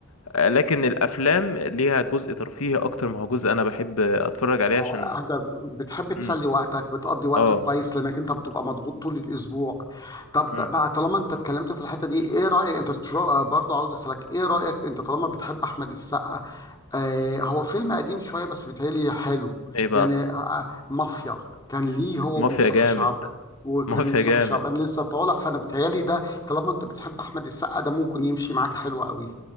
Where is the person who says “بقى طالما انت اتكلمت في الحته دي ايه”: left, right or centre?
Left